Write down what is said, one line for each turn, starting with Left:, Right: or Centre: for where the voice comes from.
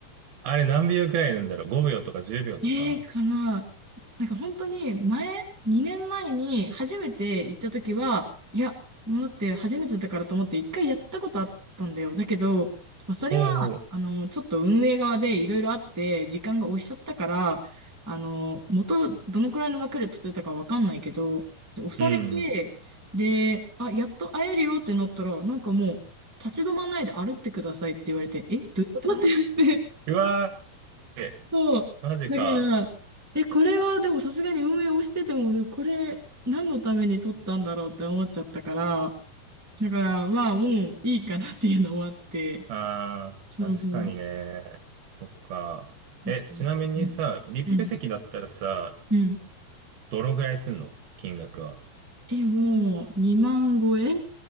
Right: あれ何秒くらいなんだろう ?5 秒とか10秒とか
Centre: えー、かな。なんか本当に前、2年前に初めて行った時は、いや、もうだって初めてだからと思って一回やったことあったんだよ。だけど、まあそれは、
Right: おお、
Centre: あの、ちょっと運営側でいろいろあって、時間が押しちゃったから、あの、元、どのくらいの枠で取ってたかわかんないけど、で押されて、
Right: うん、うん。
Centre: で、あ、やっと会えるよってなったら、なんかもう、立ち止まんないで歩ってくださいって言われて、え、どういうことって言って
Right: うわー、え
Centre: そう。
Right: マジか。
Centre: だから、え、これはでもさすがに運営をしてても、これ何のために撮ったんだろうって思っちゃったから、だからまあもういいかなっていうのもあって、
Right: ああ確かにね。
Centre: そうそう。
Right: そっか。
Centre: だって
Right: え、ちなみにさ、
Centre: うん。
Right: VIP
Centre: うん。
Right: 席だったらさ、
Centre: うん
Right: どのぐらいすんの金額は。
Centre: え、もう2万超え